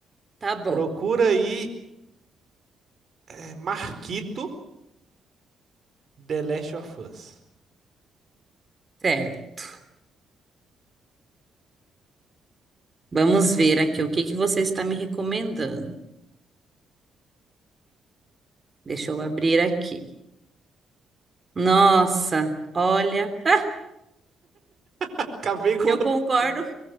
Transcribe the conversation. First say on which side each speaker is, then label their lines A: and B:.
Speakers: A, on the right; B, on the right.
A: Tá bom.
B: Procura aí, é, Marquito. The Last of Us.
A: Certo. Vamos ver aqui o que que você está me recomendando. Deixa eu abrir aqui. Nossa, olha, ah,
B: Acabei com
A: eu
B: <laughs>
A: concordo,